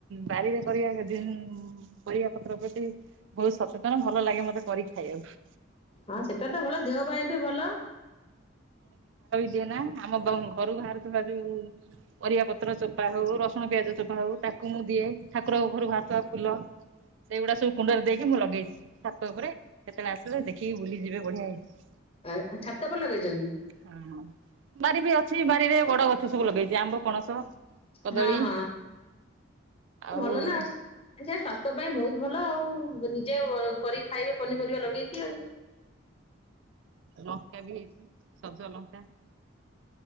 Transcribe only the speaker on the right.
ବାରିରେ କରିଆ କେଦିନ ପରିବା ପତ୍ର ପ୍ରତି ବହୁତ ସଚେତନ ଭଲ ଲାଗେ ମତେ କରିକି ଖାଇଆକୁ।
ଯିଏନା ଆମ ବ ଘରୁ ଭାଆରୁଥିବା ଯୋଉ ପରିବା ପତ୍ର ଚୋପା ହଉ ରସୁଣ ପିଆଜ ଚୋପା ହଉ ତାକୁ ମୁଁ ଦିଏ। ଠାକୁରକ ଘରୁ ଭାଆରୁଥିବା ଫୁଲ ସେଇଗୁଡା ସବୁ କୁଣ୍ଡରେ ଦେଇକି ମୁଁ ଲଗେଇଛି। ଛାତ ଉପରେ କେତେବେଳେ ଆସିଲେ ଦେଖିକି ବୁଲିଯିବେ ବଢିଆ ହେଇଛି।
ହଁଅ। ବାରି ବି ଅଛି ବାରିରେ ବଡ ଗଛ ସବୁ ଲଗେଇଛି ଆମ୍ବ ପଣସ। କଦଳୀ
ଆଉ
ଲଙ୍କା ବି ହେଇଛି ସଜ ଲଙ୍କା।